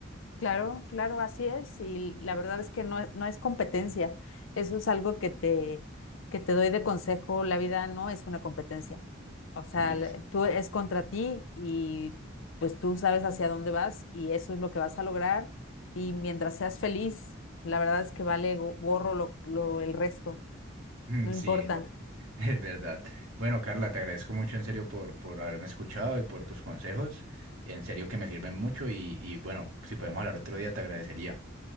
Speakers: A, on the left; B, on the right.
A: Claro, claro, así es. Y la verdad es que no, es- no es competencia. Eso es algo que te, que te doy de consejo. La vida no es una competencia. O sea,
B: Listo.
A: la- tú es contra ti y pues tú sabes hacia dónde vas y eso es lo que vas a lograr. Y mientras seas feliz, la verdad es que vale go- gorro lo, lo, el resto.
B: Mm,
A: No
B: Sí,
A: importa.
B: o- <laughs> es verdad. Bueno, Carla, te agradezco mucho en serio por, por haberme escuchado y por tus consejos. En serio que me sirven mucho y, y bueno, si podemos hablar otro día, te agradecería.